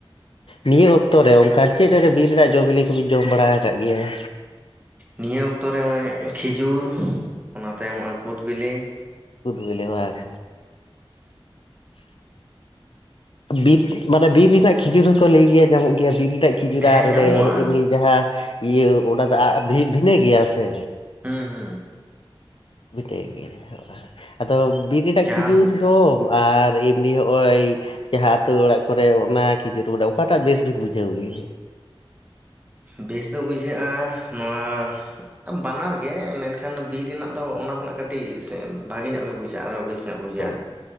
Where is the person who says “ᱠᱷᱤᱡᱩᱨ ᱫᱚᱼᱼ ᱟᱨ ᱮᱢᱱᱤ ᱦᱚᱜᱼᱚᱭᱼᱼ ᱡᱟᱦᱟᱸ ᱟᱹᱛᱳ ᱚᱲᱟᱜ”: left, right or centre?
Left